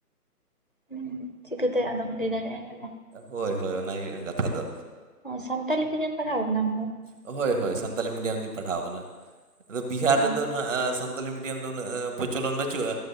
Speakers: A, on the left (about 35°); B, on the right (about 50°).
A: ᱦᱩᱸ ᱪᱤᱠᱟᱹᱛᱮ ᱟᱫᱚᱢ ᱞᱟᱹᱭ ᱫᱟᱲᱮᱭᱟᱜᱼᱟ, ᱦᱮᱸ ᱵᱟᱝ?
B: ᱦᱳᱭ ᱦᱳᱭ ᱚᱱᱟᱜᱮ ᱦᱩᱭᱩᱜ ᱠᱟᱱᱟ ᱠᱟᱛᱷᱟ ᱫᱚ
A: ᱚ ᱥᱟᱱᱛᱟᱞᱤ ᱛᱮᱜᱮᱢ ᱯᱟᱲᱦᱟᱣ ᱟᱠᱟᱱᱟ ᱟᱢ ᱫᱚ?
B: ᱦᱳᱭ ᱦᱳᱭ ᱥᱟᱱᱛᱟᱞᱤ ᱢᱤᱰᱤᱭᱟᱢ ᱛᱤᱧ ᱯᱟᱲᱦᱟᱣ ᱠᱟᱱᱟ, ᱟᱫᱚ ᱵᱤᱦᱟᱨ
A: ᱚ
B: ᱨᱮᱫᱚ ᱱᱷᱟᱜ ᱥᱟᱱᱛᱟᱞᱤ ᱢᱤᱰᱤᱭᱟᱢ ᱫᱚ ᱩᱱᱟᱹᱜ ᱯᱚᱪᱚᱞᱚᱱ ᱵᱟᱹᱪᱩᱜᱼᱟ,